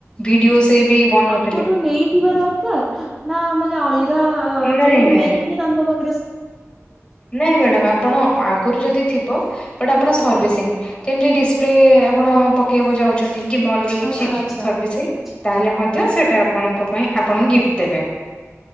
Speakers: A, on the left; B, in the centre.
A: ଭିଡିଓ ସେ ବି ବନଉ
B: କୋଉଠୁ ନେଇଥିବା ଦରକାର ନା ମାନେ ଅଲଗା
A: ନାଇଁ
B: କୋଉଠୁ
A: ନାଇଁ
B: ନେଇକି ତାଙ୍କ ପାଖ
A: ନାଇଁ ମ୍ୟାଡ଼ାମ ଆପଣ ଆଗରୁ ଯଦି ଥିବ ବଟ୍ ଆପଣ ସର୍ଭି
B: ଆଜ୍ଞା
A: ତି ଡିପ୍ ଆପଣ ପକେଇବାକୁ ଯାଉଛନ୍ତି କିଲ।
B: ଆଚ୍ଛା
A: ତାହେଲେ
B: ଆଚ୍ଛା।
A: ମଧ୍ୟ, ସେଇଟା ଆପଣଙ୍କ ପାଇଁ ଆପଣଙ୍କୁ ଗିଫ୍ଟ ଦେବେ।